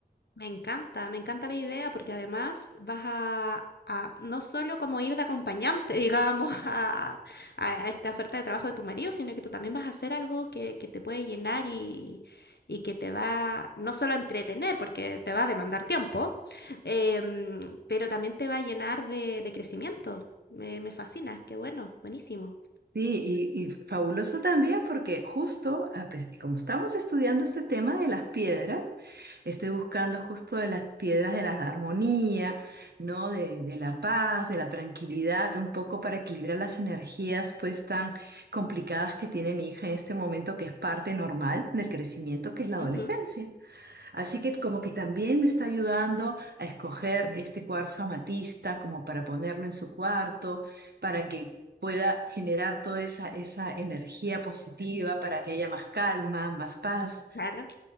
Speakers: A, on the left (about 85°); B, on the right (about 75°).
A: Me encanta, me encanta la idea porque además vas a, a no solo como ir de acompañante, <laughs> digamos, a, a- a esta oferta de trabajo de tu marido, sino que tú también vas a hacer algo que, que te puede llenar y, y que te va no solo a entretener, porque te va a demandar tiempo, em, pero también te va a llenar de, de crecimiento. Me, me fascina, qué bueno, buenísimo.
B: Sí, y, y fabuloso también porque justo, a pes- como estamos estudiando este tema de las piedras, estoy buscando justo de las piedras de la armonía, ¿no? De, de la paz, de la tranquilidad, un poco para equilibrar las energías pues tan complicadas que tiene mi hija en este momento, que es parte normal del crecimiento que es la adolescencia.
A: Ujú,
B: Así que como que también me está ayudando a escoger este cuarzo amatista como para ponerlo en su cuarto, para que pueda generar toda esa, esa energía positiva, para que haya más calma, más paz
A: claro.